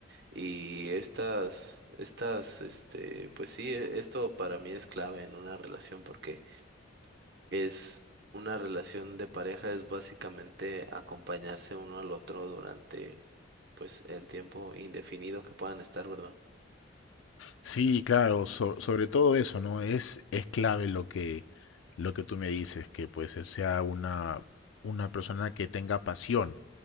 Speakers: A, on the right (about 60°); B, on the left (about 80°).
A: y estas, estas, este, pues sí, e- esto para mí es clave en una relación porque es una relación de pareja, es básicamente acompañarse uno al otro durante, pues, el tiempo indefinido que puedan estar, ¿verdad?
B: Sí, claro, so- sobre todo eso, ¿no? Es, es clave lo que, lo que tú me dices, que pues eh, sea una, una persona que tenga pasión,